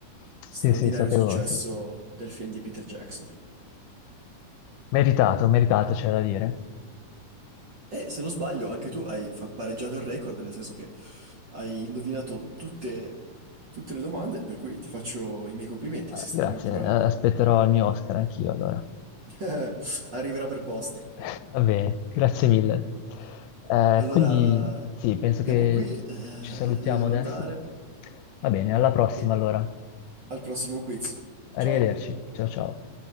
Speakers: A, on the left (about 80°); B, on the right (about 45°).
A: sì,
B: Straordinario
A: sì, sapevo,
B: successo
A: sì.
B: del film di Peter Jackson.
A: Meritato, meritato, c'è da dire.
B: E se non sbaglio, anche tu hai fa- pareggiato il record, nel senso che hai indovinato tutte, tutte le domande, per cui ti faccio i miei complimenti,
A: Ah,
B: sei stato
A: Grazie,
B: molto bravo.
A: eh, aspetterò il mio Oscar anch'io allora.
B: <laughs> Arriverà per posto.
A: <laughs> Va bene, grazie mille. Eh,
B: Allora,
A: quindi sì, penso
B: finiamo
A: che
B: qui, eh,
A: ci salutiamo
B: io devo
A: adesso.
B: andare
A: Va bene, alla prossima
B: e
A: allora.
B: al prossimo quiz.
A: Arrivederci,
B: Ciao!
A: ciao ciao.